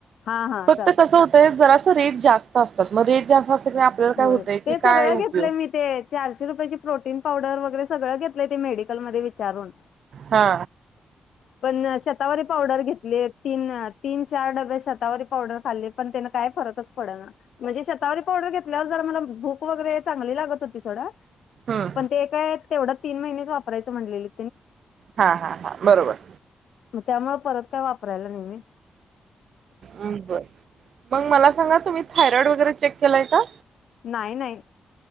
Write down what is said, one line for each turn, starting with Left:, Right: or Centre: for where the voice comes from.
Left: हा हा
Right: फक्त
Left: चालते
Right: कसं होतय जरा रेट जास्त असतात ना रेट जास्त की आपल्याला
Left: हो
Right: काय होतंय की
Left: ते
Right: काय
Left: सगळं
Right: उपयोग
Left: घेतलं मी ते चारशे रुपयाेची प्रोटीन पावडर वगैरे सगळं घेतलंय ते मेडिकलमध्ये विचारून
Right: हा
Left: पण शतावरी पावडर घेतले तीन तीन चार डबे शतावरारी पावडर खाल्ली पण त्यान काय फरकच पडेल ना म्हणजे शतावरी पावडर घेत जरा मला भूक वगैरे चांगली लागत होती सोडा
Right: हम्म
Left: पण ते काय तेवढंच तीन महिनेच वापरायं म्हणलेले
Right: हा हा हा बरोबर
Left: मग त्यामुळे परत काय वापरायला नाही मी.
Right: बर. मग मला सांगा तुम्ही थायरॉइड वगैरे चेक केलाय का?
Left: नाही नाही